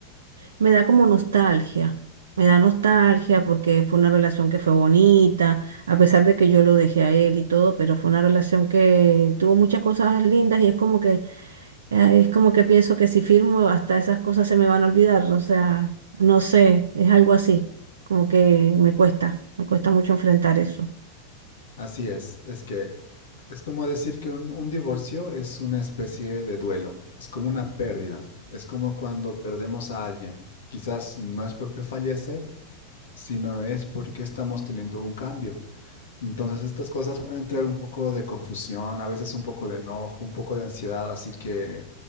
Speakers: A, on the right (about 65°); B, on the left (about 60°).
A: Me da como nostalgia, me da nostalgia porque fue una relación que fue bonita, a pesar de que yo lo dejé a él y todo, pero fue una relación que tuvo muchas cosas lindas y es como que, eh, es como que pienso que si firmo hasta esas cosas se me van a olvidar, o sea, no sé, es algo así, como que me cuesta, me cuesta mucho enfrentar eso.
B: Así es, es que es como decir que un, un divorcio es una especie de duelo, es como una pérdida, es como cuando perdemos a alguien. Quizás no es porque fallece, sino es porque estamos teniendo un cambio. Entonces estas cosas pueden traer un poco de confusión, a veces un poco de enojo, un poco de ansiedad, así que